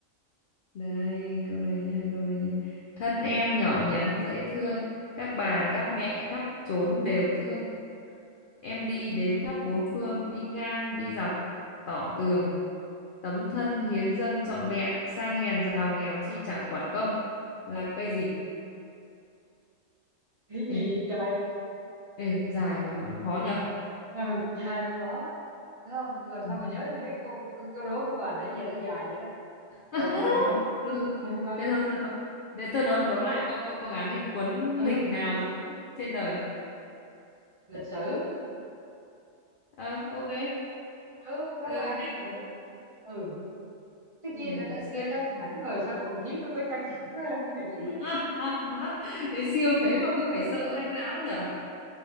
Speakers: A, on the left (about 65°); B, on the right (about 30°).
A: Đây, câu này nha, câu này nha. Thân em nhỏ nhắn dễ thương, các bà, các mẹ khắp trốn đều thương. Em đi đến khắp bốn phương, đi ngang, đi dọc, tỏ tường. Tấm thân hiến dâng trọn vẹn, sang hèn giàu nghèo chi chẳng quản công. Là cây gì?
B: cái
A: Ê,
B: gì vậy trời
A: ê, dài mà vẫn khó nhờ.
B: ừ, dài mà có Đúng không làm sao
A: Ừ.
B: mà nhớ được thấy cái câu cái câu đố của bà nãy giờ nó dài vậy đó lặp
A: <laughs>
B: lại được không
A: Thôi, thôi, thôi.
B: Đọc lại
A: Thế
B: đi.
A: thôi, thôi, thôi. Để tôi đố, đố lại câu câu câu ngắn đi. Cuốn
B: ừ
A: lịch nào dài nhất trên đời?
B: lịch sử
A: Ờ, ok.
B: ừ nó
A: Ừ,
B: mà đang cái gì mà nó ừ cái
A: Ừ,
B: kia đã, đã,
A: siêu
B: đã căng thẳng rồi xong còn khiến tôi phải căng thẳng ra suy nghĩ
A: <laughs>
B: nữa
A: Đấy, siêu thế mà cứ phải sợ hack não nhở